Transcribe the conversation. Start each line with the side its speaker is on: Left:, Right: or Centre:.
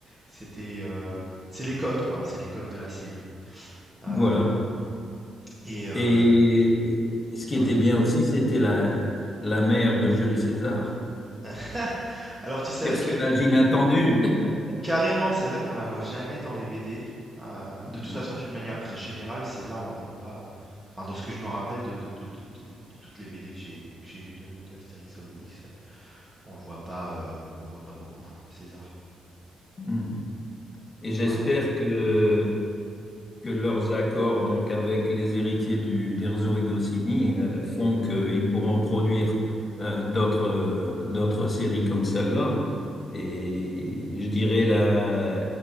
Right: c'était, heu, c'est les codes quoi, c'est les codes de la série. Hem
Left: voilà.
Right: et heu
Left: Et ce
Right: dis-moi?
Left: qui était bien aussi, c'était la, la mère de Jules César.
Right: <laughs> Alors tu savais
Left: Personnage
Right: que
Left: inattendu. <laughs>
Right: carrément, c'est vrai qu'on la voit jamais dans les BD. Heu, de toute
Left: Non.
Right: façon, d'une manière gr générale, César, on le voit pas, heu, enfin dans ce que je me rappelle de de de de de de toutes les BD que j'ai que j'ai lues de de Astérix et Obélix, on le voit pas, heu, on le voit pas beaucoup, César.
Left: Mm. Et j'espère
Right: Enfin,
Left: que que leurs accords donc avec les héritiers du d'Erzo et Goscinny euh, font qu'ils pourront produire euh, d'autres euh, d'autres séries comme celle-là. Et je dirais là,